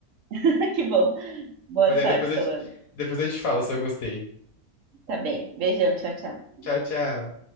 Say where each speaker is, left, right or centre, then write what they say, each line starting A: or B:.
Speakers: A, on the right; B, on the left.
A: <laughs> Que bom. Boa
B: Mas aí
A: sorte,
B: depois eu,
A: Solano.
B: te- depois eu te falo se eu gostei.
A: Tá bem. Beijão, tchau, tchau.
B: Tchau, tchau.